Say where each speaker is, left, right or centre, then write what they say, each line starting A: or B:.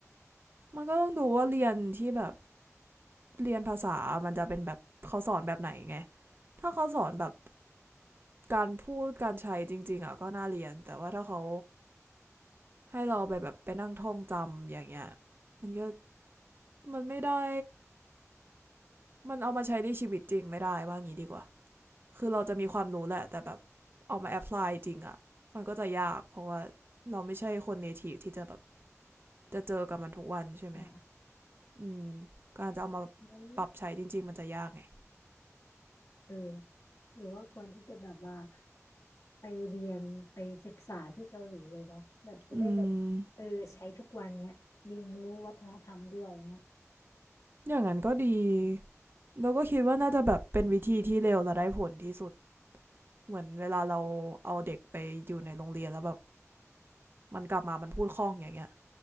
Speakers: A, on the right; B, on the left.
A: มันก็ต้องดูว่าเรียนที่แบบเรียนภาษา มันจะเป็นแบบเขาสอนแบบไหนไงถ้าเขาสอนแบบการพูดการใช้จริงๆอะก็น่าเรียนแต่ว่าถ้าเขา ให้เราไปแบบไปนั่งท่องจำอย่างเงี้ยมันก็มันไม่ได้มันเอามาใช้ในชีวิตจริงไม่ได้ว่างี้ดีกว่าคือเราจะมีความรู้แหละแต่แบบเอามาแอพพลายจริงอะมันก็จะยากเพราะว่าเราไม่ใช่คนเนทีฟที่จะแบบจะเจอกับมันทุกวันใช่ไหม
B: อืม
A: อืมการจะเอามา
B: งั้น
A: ปรับใช้จริงๆมันจะยากไง
B: เออหรือว่าควรที่จะแบบว่าไปเรียนไปศึกษาที่เกาหลีเลยวะแบบจะได้แบบเออใช้ทุกวันเนี้ยเรียนรู้วัฒนธรรมด้วยเนี้ย
A: อืมอย่างนั้นก็ดีเราก็คิดว่าน่าจะแบบเป็นวิธีที่เร็วและได้ผลที่สุดเหมือนเวลาเราเอาเด็กไปอยู่ในโรงเรียนแล้วแบบมันกลับมามันพูดคล่องอย่างเงี้ย